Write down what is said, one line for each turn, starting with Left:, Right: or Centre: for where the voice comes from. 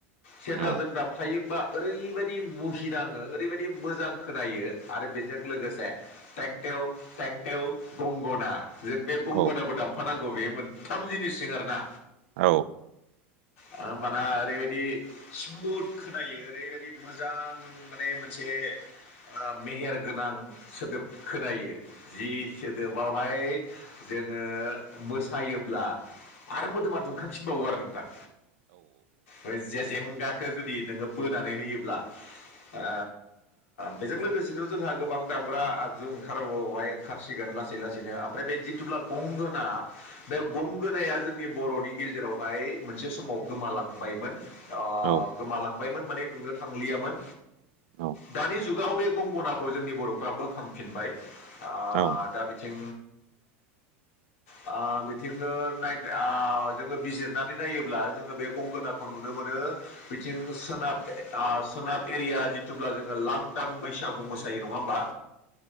Left: सेरजाजों
Right: औ
Left: दामफायोबा ओरैबायदि मुहिनाङो ओरैबायदि मोजां खोनायो आरो बेजों लोगोसे टेंथे टेव टें टेव गंगोना जों बे गंगोनाखौ
Right: औ
Left: दामफानांगौ बे मोनथाम जिनिसजों आरोना
Right: औ
Left: होमबाना ओरैबायदि स्मुथ खोनायो ओरैबायदि मोजां माने मोनसे ओ मेहेर गोनां सोदोब खोनायो। जि सोदोबावहाय जोङो मोसायोब्ला आरो मोदोमा दुंखांफिनबावो आरो नोंथां ओ जेजेंगाखौ जुद दि नोंङो बोनानै होयोब्ला ओ बेजों लोगोसेथ' जोंहा गोबां दामग्रा आगजु ओंखारबावबाय ओंखारसिगोन लासै लासैनो ओमफ्राय बे जिथुब्ला गंगोना बे गंगोनाया जोंनि बर'नि गेजेरावहाय मोनसे समाव गोमालांबायमोन। अ
Right: औ
Left: गोमालांबायमोन माने नुनो थांलियामोन
Right: औ
Left: दानि जुगाव बे गंगनाखौ जोंनि बर'फ्रा बोखांफिनबाय आ
Right: औ
Left: दा बिथिं अ ओ बिथिंबो नाय आ जोंङो बिजिरनानै नायोब्ला जोंङो बे गंगोनाखौ नुनो मोनो बिथिं सोनाब ओ सोनाब एरिया जिथुब्ला जोंङो लांदां बैसागु मोसायो नङा होमबा?